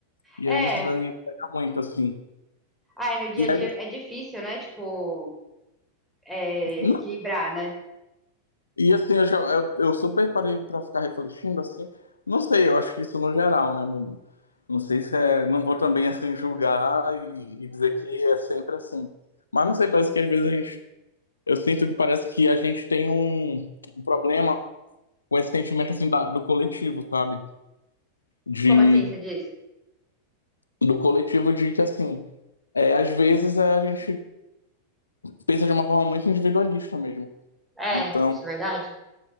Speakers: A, on the left (about 75°); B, in the centre.
A: E
B: É,
A: aí isso daí pega muito, assim.
B: Ah, é no dia
A: E
B: a dia
A: aí,
B: é difícil, né? Tipo, é,
A: não,
B: equilibrar, né?
A: e assim, eu, já, eu, eu super parei pra ficar refletindo, assim, não sei, eu acho que isso no geral, né? Não, não sei se é, não vou também, assim, julgar e, e dizer que é sempre assim. Mas não sei, parece que às vezes a gente Eu sinto que parece que a gente tem um, um problema com esse sentimento assim da- do coletivo, sabe? De,
B: Como assim você diz?
A: do coletivo de que assim, é, às vezes é, a gente pensa de uma forma muito individualista mesmo.
B: É,
A: Então,
B: isso é verdade.